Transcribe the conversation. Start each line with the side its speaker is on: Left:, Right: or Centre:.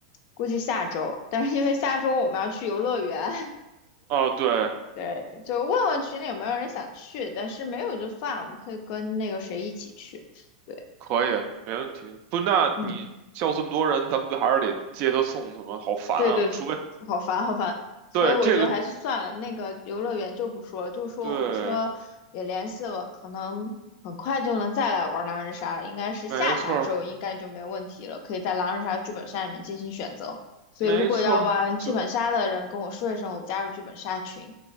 Left: 估计下周，但是因为下周我们要去游乐园，<laughs>
Right: 哦，对。
Left: 对，就问问群里有没有人想去，但是没有就算了，我们可以跟那个谁一起去，对，
Right: 可以，没问题。不，那你叫这么多人，
Left: 嗯。
Right: 咱们不还是得接他送他吗？好烦啊！
Left: 对对，
Right: 除非
Left: 好烦好烦，所以我觉得还是算了，
Right: 对这个，
Left: 那个游乐园就不说了，就说我们车也联系了，
Right: 对，
Left: 可能很快就能再来玩狼人杀了，应该是下下周应该就没问题了，
Right: 没错儿
Left: 可以在狼人杀剧本杀里面进行选择。所以如果要玩剧本杀的人跟我说一声，
Right: 没错儿我就是
Left: 我加入剧本杀群。